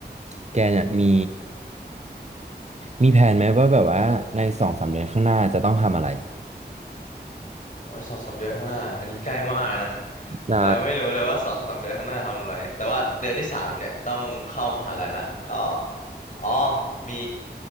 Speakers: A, on the right (about 40°); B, on the left (about 45°).
A: แกเนี่ยมี มีแผนไหมว่าแบบว่าในสองสามเดือนข้างหน้าจะต้องทำอะไร
B: โอ้ยสองสามเดือนข้างหน้าอันนี้ใกล้มากนะ
A: ใช่
B: เรายังไม่รู้เลยว่าสองสามเดือนข้างหน้าทำอะไรแต่ว่าเดือนที่สามเนี่ยต้องเข้ามหาลัยละก็อ๋อมี